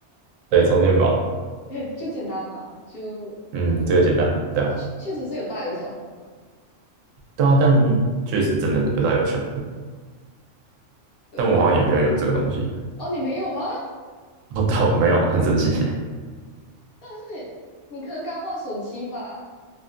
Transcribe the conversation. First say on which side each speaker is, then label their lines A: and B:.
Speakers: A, on the right; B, on the left.
A: 对，充电宝。
B: <laughs> 就简单嘛，就
A: 嗯，这个简单。对啊，
B: 它确确实是有大有小的嘛。
A: 对啊，但确实真的有大有小，
B: 对对，
A: 但我好像也没有有这个东西。<laughs>
B: 哦，你没有吗？
A: 哦，但我没有啊，很神奇。
B: 但是你可能刚换手机吧？